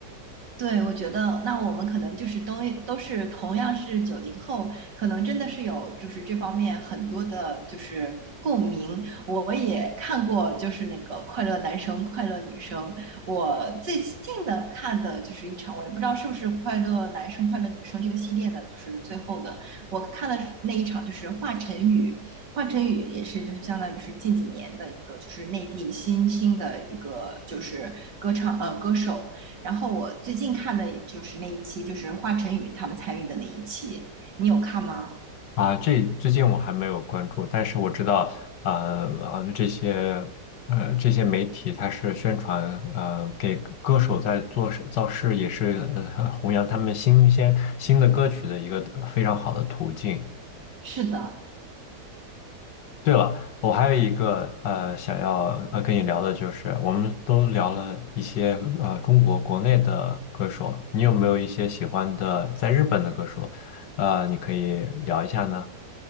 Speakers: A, on the right; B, on the left.
A: 对，我觉得那我们可能就是都都是同样是九零后，可能真的是有就是这方面很多的，就是共鸣。我也看过，就是那个《快乐男生》《快乐女生》，我最近的看的就是一场，我也不知道是不是《快乐男生》《快乐女生》这个系列的，就是最后的，我看的那一场就是华晨宇，华晨宇也是就是相当于是近几年的一个就是内地新兴的一个就是歌唱呃歌手。然后我最近看的也就是那一期，就是华晨宇他们参与的那一期，你有看吗？
B: 啊，这最近我还没有关注，但是我知道，呃呃，这些呃这些媒体它是宣传，呃，给歌手在做事造势，也是呃弘扬他们新鲜新的歌曲的一个非常好的途径。
A: 是的，
B: 对了，我还有一个呃想要呃跟你聊的就是，我们都聊了一些呃中国国内的歌手，你有没有一些喜欢的在日本的歌手？呃，你可以聊一下呢？